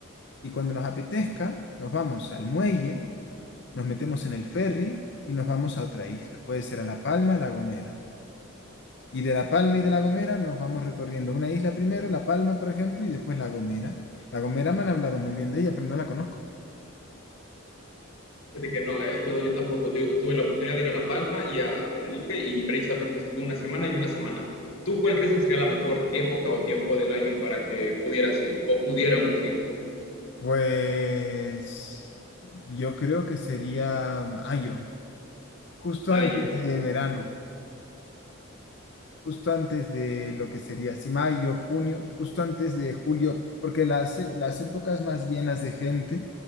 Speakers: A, on the left; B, on the left.
A: Y cuando nos apetezca, nos vamos al muelle nos metemos en el ferry y nos vamos a otra isla. Puede ser a La Palma, La Gomera. Y de La Palma y de La Gomera nos vamos recorriendo una isla primero, La Palma, por ejemplo, y después La Gomera. La Gomera me han hablado muy bien de ella, pero no la conozco.
B: Fíjate que no, ¿eh? Yo, yo tampoco. digo que tuve la oportunidad de ir a La Palma y a Tenerife y precisamente estuve una semana y una semana. ¿Tú cuál crees que sería la mejor época o tiempo del año para que pudieras ir o pudiéramos ir?
A: Pues yo creo que sería mayo, justo
B: Mayo,
A: antes de verano, justo antes de lo que sería, si mayo, junio, justo antes de julio, porque las, las épocas más llenas de gente,